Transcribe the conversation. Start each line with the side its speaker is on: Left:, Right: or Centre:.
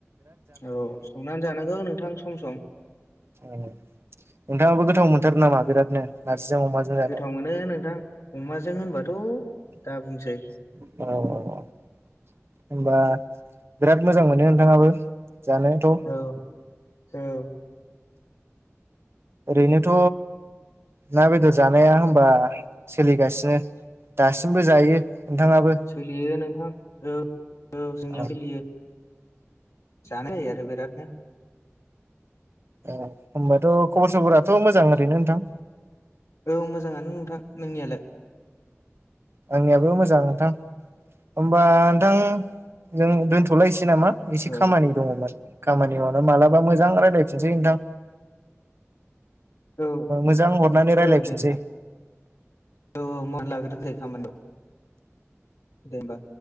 Left: औ संनानै जानांगौ नोंथां सम सम
Right: नोंथाङाबो गोथाव मोनथारो नामा बिरादनो। नारजिजों अमाजों जानो
Left: गोथाव मोनो नोंथां अमाजों होनबाथ'
Right: अ
Left: दा बुंसै
Right: अ अ होनबा बिराद मोजां मोनो नोंथाङाबो जानायाथ'।
Left: औ औ
Right: ओरैनोथ' ना, बेदर जानाया होमबा सोलिगासिनो दासिमबो जायो। नोंथाङाबो
Left: सोलियो नोंथां औ औ जोंनियाव
Right: औ
Left: सोलियो जानाय जायो आरो बिराट नो
Right: औ होनबाथ' खबर सबराथ' मोजां ओरैनो नोंथां।
Left: औ मोजाङानो नोंथां नोंनियालाय?
Right: आंनियाबो मोजां नोंथां होमबा नोंथां जों दोनथ'लायसै नामा एसे
Left: औ
Right: खामानि दङ'मोन खामानियावनो मालाबा मोजां रायलायफिनसै नोंथां
Left: औ
Right: मोजां हरनानै रायलायफिनसै।
Left: औ दे नोंथां औ औ मावना लाग्रो दे खामानिखौ। दे होमबा।